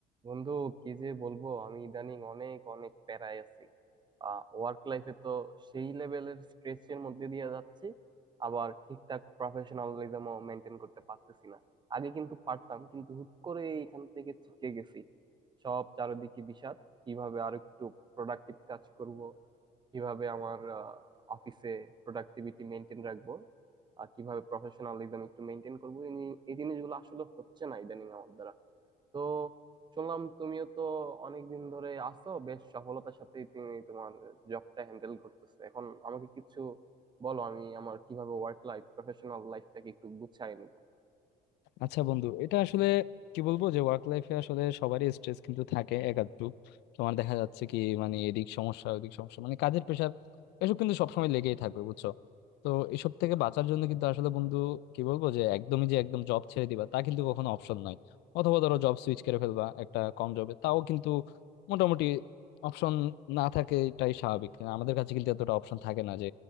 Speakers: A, on the right; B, on the left.
A: বন্ধু কি যে বলবো আমি ইদানিং অনেক অনেক প্যারায় আছি ওয়ার্ক লাইফে তো সেই লেভেলের স্ট্রেসের মধ্যে দিয়ে যাচ্ছি আবার ঠিকঠাক প্রফেশনালিজমও মেনটেন করতে পারতেছি না আগে কিন্তু পারতাম কিন্তু হুট করে এখান থেকে ছিটকে গেছি সব চারিদিকে বিষাদ কিভাবে আর একটু প্রোডাক্টিভ কাজ করব কিভাবে আমার অফিসে প্রোডাক্টিভিটি মেনটেন রাখবো আর কিভাবে প্রফেশনালিজম একটু মেনটেন করবো এই নি- এই জিনিসগুলো আসলে হচ্ছে না ইদানিং আমার দ্বারা তো শুনলাম তুমিও তো অনেকদিন ধরে আছো বেশ সফলতার সাথে তুমি তোমার জবটা হ্যান্ডেল করতেছো এখন আমাকে কিছু বলো আমি আমার কিভাবে ওয়ার্ক লাইফ প্রফেশনাল লাইফটাকে একটু গুছায় নিব
B: আচ্ছা বন্ধু এটা আসলে কি বলবো যে ওয়ার্ক লাইফে আসলে সবারই স্ট্রেস কিন্তু থাকে এক আধটু তোমার দেখা যাচ্ছে কি মানে এদিক সমস্যা ওদিক সমস্যা মানে কাজের প্রেশার এসব কিন্তু সবসময় লেগেই থাকবে বুঝছো তো এসব থেকে বাঁচার জন্য কিন্তু আসলে বন্ধু কি বলবো যে একদমই যে একদম জব ছেড়ে দিবা তা কিন্তু কখনো অপশন নাই অথবা ধরো জব সুইচ করে ফেলবা একটা কম জবে তাও কিন্তু মোটামুটি অপশন না থাকে এটাই স্বাভাবিক আমাদের কাছে কিন্তু এতটা অপশন থাকে না যে